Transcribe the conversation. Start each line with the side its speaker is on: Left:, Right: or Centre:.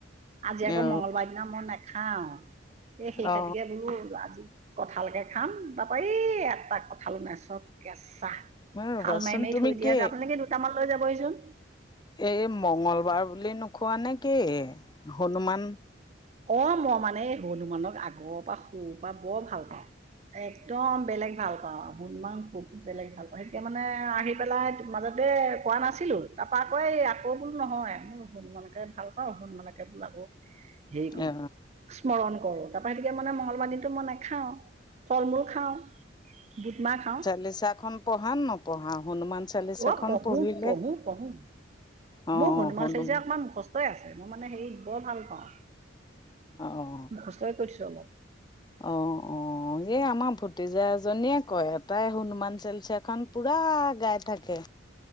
Right: আজি আকৌ
Left: অ
Right: মঙ্গলবাৰ দিনা মই নাখাওঁ। এ, সেই
Left: অ
Right: খাতিকে বুলো আজি কঁঠাল কে খাম, তাপা এই এটা কঁঠাল না চব কেঁচা।
Left: ৰ'বাচোন
Right: হাল মাৰি মাৰি
Left: তুমি
Right: থৈ দিয়া
Left: কি
Right: আছে, আপোনালোকে দুটামান লৈ যাবহিচোন।
Left: এই মংগলবাৰ বুলি নোখোৱা নেকি হনুমান
Right: অ' মই মানে এই হনুমানক আগৰপা সৰুৰ পৰা বৰ ভাল পাওঁ। একদম বেলেগ ভাল পাওঁ, হনুমান খুব বেলেগ ভাল পাওঁ, সেইতি মানে আহি পেলাই মাজতে কোৱা নাছিলো তাৰপা আকৌ এই আকৌ বোলো নহয় হনুমানকে ভাল পাওঁ, হনুমানকে বুলে আকৌ সেই ক
Left: অ
Right: স্মৰণ কৰোঁ, তাৰপা হেতিকে মানে মংগলবাৰ দিনটো মই নেখাওঁ, ফল মূল খাওঁ। বুটমাহ খাওঁ।
Left: লিচাখন পঢ়া নে নপঢ়া হনুমান চালিচাখন
Right: অ' পঢ়ো,
Left: পঢ়িলে
Right: পঢ়ো পঢ়ো,
Left: অ
Right: মোৰ
Left: অ
Right: হনুমান
Left: হনু
Right: চাই যে অকমান মুখস্থ <unintelligible> আছে মই মানে হেৰি বৰ ভাল পাওঁ
Left: অ'।
Right: মুখস্তই কৰিছোঁ অলপ।
Left: অ', অ'। অ' এই আমাৰ ভতিজা এজনীয়ে কয়, এটাই হনুমান চালচাখন পুৰা গাইড থাকে,